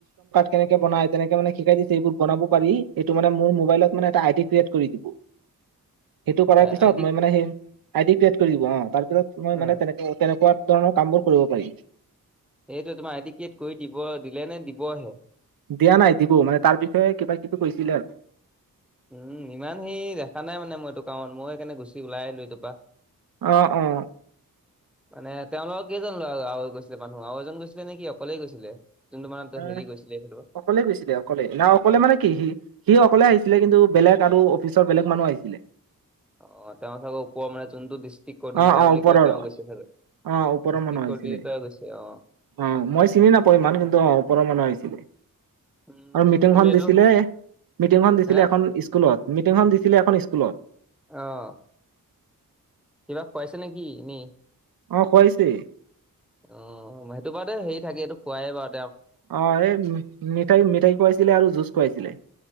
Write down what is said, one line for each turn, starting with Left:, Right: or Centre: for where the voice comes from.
Right: কেনেকে বনাই তেনেকে মানে শিকাই দিছে কেনেকে বনাই। এইবোৰ বনাব পাৰি সটো মানে মোৰ মোবাইলত মানে এটা আইডি ক্ৰিয়েট কৰি দিব
Centre: <inaudible>
Right: সেইটো কৰাৰ পিছত
Centre: আই ডি
Right: মই মানে সেই আইডি ক্ৰিয়েট কৰি দিব অ তাৰ পিছত মই
Centre: অ'।
Right: মানে তেনেক তেনেকুৱা ধৰণৰ কামবোৰ কৰিব পাৰি।
Centre: এইটো তোমাৰ আইডি কেড কৰি দিব দিলে নে দিবহে।
Right: দিয়া নাই দিবু মানে তাৰ বিষয়ে কিবা কিবি কৈছিলে আৰু
Centre: উম ইমান সেই দেখা নাই মানে মই এইটো কাৰণত মই সেইকাৰণে গুচি ওলাই আহিলো এইটোৰপা
Right: আহ অ
Centre: মানে তেওঁলোকৰ কেইজন ল'ৰা গৈছিলে মানুহৱ এজন গৈছিলে নেকি অকলেই গৈছিলে। যোনটো মানে
Right: এ
Centre: হেৰি গৈছিলে এইফালৰ পৰা
Right: অকলে গৈছিলে অকলে না অকলে মানে কি সি সি অকলে আহিছিল। ছিলে কিন্তু বেলেগ আৰু অফিচৰ বেলেগ মানুহ আহিছিলে।
Centre: অ' তেওঁ চাগে ওপৰৰ মানে যোনটো ডিষ্ট্ৰিক কৰ্ডিনেটাৰ
Right: অ অ
Centre: বুলি
Right: ওপৰৰ
Centre: কয়' তেওঁ গৈছে চাগে। ডিষ্ট্ৰিক্ট
Right: অ ওপৰৰ মানুহ আহিছিলে
Centre: কৰিটা গৈছে অ'
Right: অ' মই চিনি নাপাওঁ ইমান কিন্তু অ' ওপৰৰ মানুহ আহিছিলে।
Centre: উম
Right: আৰু মিটিংখন
Centre: তুমি এইটো
Right: দিছিলে মিটিংখন দিছিলে
Centre: হে
Right: এখন স্কুলত মিটিংখন দিছিলে এখন স্কুলত।
Centre: আহ কিবা পাইছে নেকি? এনেই।
Right: অ' খুৱাইছে।
Centre: অ' সেইটো বাৰু বাদেই হেৰি থাকে এইটো খোৱাইে বাৰু
Right: অ' এই মিঠাই মিঠাই খোৱাইছিলে। আৰু জুজ খোৱাইছিলে।